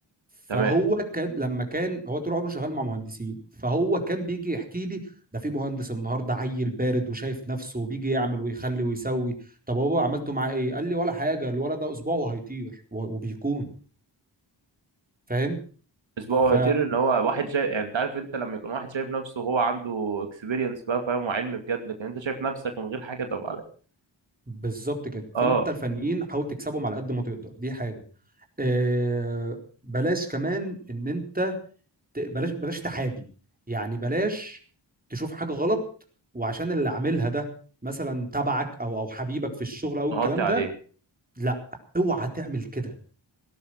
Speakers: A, on the right (about 20°); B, on the right (about 80°).
A: فهو
B: تمام
A: كان لما كان هو طول عمره شغال مع مهندسين فهو كان بيجي يحكي لي ده في مهندس النهارده عيل بارد وشايف نفسه وبيجي يعمل ويخلي ويسوي طب هو عملته معاه ايه قال لي ولا حاجه الولد ده اسبوع وهيطير و- وبيكون فاهم
B: اسبوع
A: ف
B: هيطير ان هو واحد شايف يعني انت عارف انت لما يكون واحد شايف نفسه وهو عنده اكسبيرينس بقى فاهم وعلم بجد لكن انت شايف نفسك من غير حاجه طب عليك
A: بالظبط كده فانت
B: اه
A: الفنيين حاول تكسبهم على قد ما تقدر دي حاجه آه بلاش كمان ان انت ت- بلاش بلاش تحابي يعني بلاش تشوف حاجه غلط وعشان اللي عاملها ده مثلا تبعك او او حبيبك في الشغل او الكلام
B: غطي عليه
A: ده لا اوعى تعمل كده